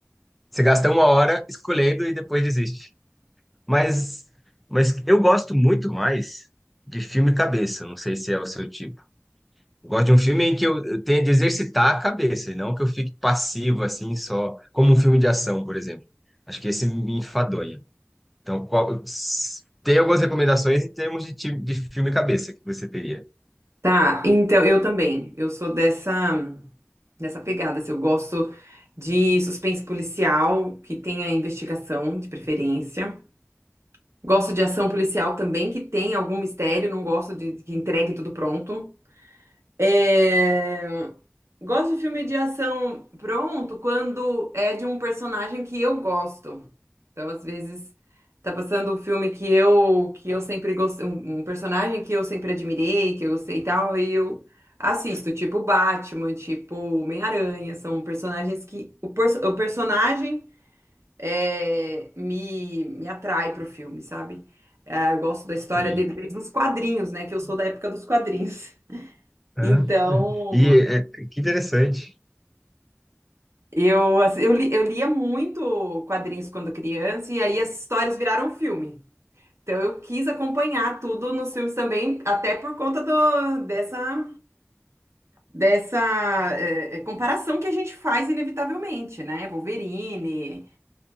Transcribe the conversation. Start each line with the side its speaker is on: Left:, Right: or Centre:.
Centre: você gasta uma hora escolhendo e depois desiste. Mas, mas eu gosto muito mais de filme cabeça. Não sei se é o seu tipo. Eu gosto de um filme em que eu, eu tenha de exercitar a cabeça, e não que eu fique passivo, assim, só como um filme de ação, por exemplo. Acho que esse me enfadonha. Então, qual- tem algumas recomendações em termos de, ti- de filme cabeça que você teria.
Right: Tá, então eu também. Eu sou dessa dessa pegada, assim, eu gosto de suspense policial que tenha investigação, de preferência. Gosto de ação policial também, que tem algum mistério, não gosto de que entregue tudo pronto. É, Gosto de filme de ação pronto quando é de um personagem que eu gosto. Então, às vezes, tá passando um filme que eu que eu sempre gostei, um um personagem que eu sempre admirei, que eu gostei e tal, aí eu assisto, tipo Batman, tipo Homem-Aranha, são personagens que o, perso- o personagem é, me, me atrai pro filme, sabe? É, eu gosto da história
Centre: Sim.
Right: dele desde os quadrinhos, né? Que eu sou da época dos quadrinhos. <laughs>
Centre: Ah,
Right: Então,
Centre: e é, que interessante.
Right: eu, assim, eu, li- eu lia muito quadrinhos quando criança, e aí as histórias viraram filme. Então, eu quis acompanhar tudo nos filmes também, até por conta do, dessa, dessa é, é, comparação que a gente faz inevitavelmente, né? Wolverine.